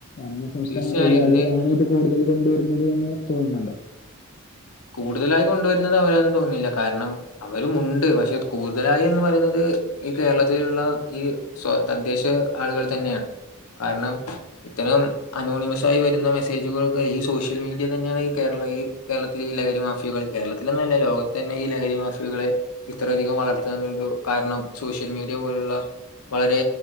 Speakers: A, on the left; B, on the left.
A: അന്യസംസ്ഥാന
B: തീർച്ചയായും
A: തൊഴിലാളികളാണ്
B: ഇന്ന്
A: ഇത് കൂടുതൽ കൊണ്ടുവരുന്നത് എന്ന് തോന്നുന്നുണ്ടോ?
B: കൂടുതലായി കൊണ്ടുവരുന്നത് അവരാന്നൊന്നും തോന്നില്ല കാരണം അവരു ഉണ്ട് പക്ഷെ കൂടുതലായി എന്ന് പറയുന്നത് ഈ കേരളത്തിലുള്ള ഈ സ്വയ തദ്ദേശ ആളുകൾ തന്നെയാണ് കാരണം. ഇത്തരം അനോണിമസ് ആയി വരുന്ന മെസ്സേജുകളൊക്കെ ഈ സോഷ്യൽ മീഡിയ തന്നെയാണ് ഈ കേരള ഈ കേരളത്തി ഈ ലഹരി മാഫികള് കേരത്തിലെന്നല്ല ലോകത്തന്നെ ഈ ലഹരി മാഫിയകളേ ഇത്രയധികം വളർത്താനൊരു കാരണം സോഷ്യൽ മീഡിയ പോലുള്ള വളരെ